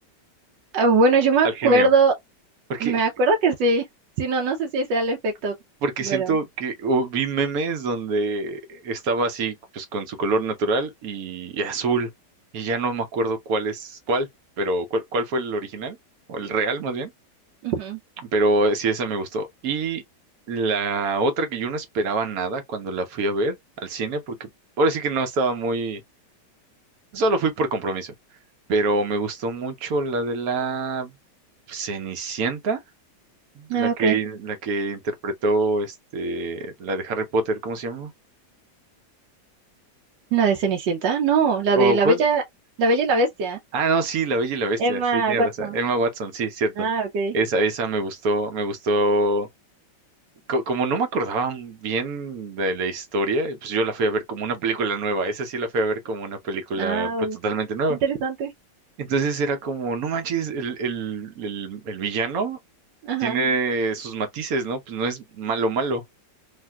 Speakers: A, on the right (about 85°); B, on the right (about 65°).
A: ah, bueno, yo me
B: al
A: acuerdo,
B: genio. porque
A: me acuerdo que sí. Sí, no, no sé si sea el efecto,
B: porque siento
A: pero.
B: que o vi memes donde estaba así, pues con su color natural y, y azul. Y ya no me acuerdo cuál es cuál, pero cuál, cuál fue el original, o el real más bien.
A: ujú.
B: Pero sí, esa me gustó. Y la otra que yo no esperaba nada cuando la fui a ver al cine, porque ahora sí que no estaba muy. Solo fui por compromiso. Pero me gustó mucho la de la Cenicienta, la
A: Ah,
B: que,
A: ok.
B: la que interpretó este, la de Harry Potter, ¿cómo se llama?
A: ¿La de Cenicienta? No, la de
B: ¿O
A: La
B: cuál?
A: Bella, La Bella y la Bestia.
B: Ah, no, sí, La Bella y la Bestia,
A: Emma
B: sí, tienes
A: Watson.
B: razón. Emma Watson, sí, cierto.
A: Ah, ok.
B: Esa, esa me gustó, me gustó. Co- como no me acordaba bien de la historia, pues yo la fui a ver como una película nueva. Esa sí la fui a ver como una película,
A: Ah,
B: pues totalmente nueva.
A: qué interesante.
B: Entonces era como, no manches, el, el, el, el villano
A: Ajá.
B: tiene sus matices, ¿no? Pues no es malo malo.